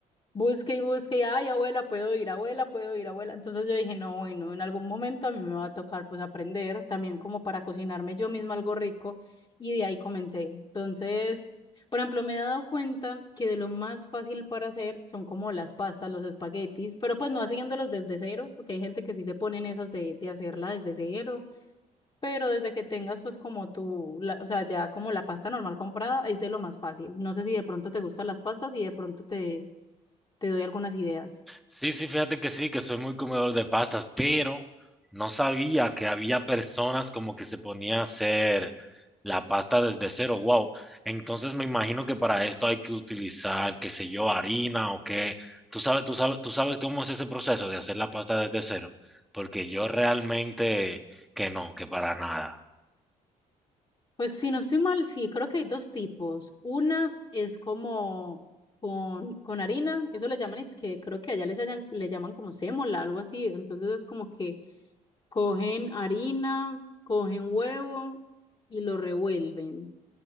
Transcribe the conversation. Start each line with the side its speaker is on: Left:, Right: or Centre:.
Left: Busque y busque, y, ay, abuela, puedo ir, abuela, puedo ir, abuela. Entonces yo dije, no, bueno, en algún momento a mí me va a tocar pues aprender también como para cocinarme yo misma algo rico y de ahí comencé. Entonces, por ejemplo, me he dado cuenta que de lo más fácil para hacer son como las pastas, los espaguetis, pero pues no haciéndolos desde cero, porque hay gente que sí se pone en esas de, de hacerla desde cero, pero desde que tengas pues como tu, la- o sea, ya como la pasta normal comprada es de lo más fácil. No sé si de pronto te gustan las pastas y de pronto te te doy algunas ideas.
Centre: Sí, sí, fíjate que sí, que soy muy comedor de pastas, pero no sabía que había personas como que se ponía a hacer la pasta desde cero. Wow. Entonces me imagino que para esto hay que utilizar, qué sé yo, harina o qué. Tú sabes, tú sabes, tú sabes cómo es ese proceso de hacer la pasta desde cero, porque yo
Left: S-
Centre: realmente que no, que para nada.
Left: Pues si no estoy mal, sí, creo que hay dos tipos. Una es como con, con harina, eso le llaman, es que creo que allá les hayan- le llaman como sémola, algo así. Entonces es como que cogen harina, cogen huevo y lo revuelven.